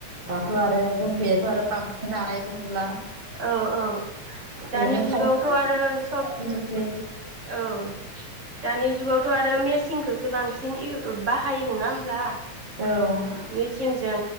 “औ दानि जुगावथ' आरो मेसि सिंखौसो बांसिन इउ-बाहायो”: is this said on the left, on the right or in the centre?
Right